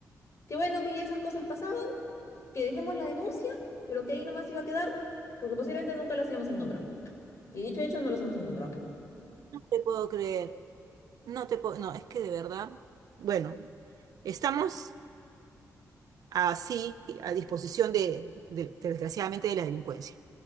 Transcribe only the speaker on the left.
Qué bueno que ya esas cosas pasaban, que dejemos la denuncia, pero que ahí nomás iba a quedar, porque posiblemente nunca los íbamos a encontrar. Y dicho y hecho, no los hemos encontrado.